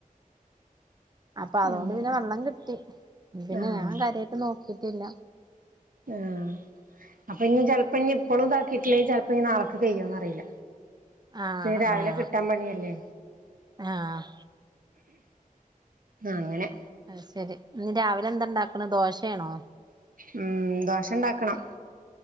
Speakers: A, on the right; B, on the right.
A: അപ്പതോണ്ട്
B: അങ്ങനെ
A: പിന്നെ വെള്ളം കിട്ടി. പിന്നെ
B: ആഹ്
A: ഞാൻ കാര്യായിട്ട് നോക്കിട്ടില്ല
B: ആഹ് അപ്പഞ്ഞി ചെൽപ്പഞ്ഞിപ്പളും താക്കിയിട്ടില്ലേ ചെൽപ്പഞ്ഞി നാളക്ക് പെയ്യോന്നറീല
A: ആഹ്
B: പിന്നെ രാവിലെ
A: ആഹ്
B: കിട്ടാൻ പണിയല്ലേ
A: ആഹ്
B: അങ്ങനെ
A: അഹ് ശരി, ന്നി രാവിലെന്താണ്ടാക്ക്ണത് ദോശേണോ
B: ഉം ദോശണ്ടാക്കണം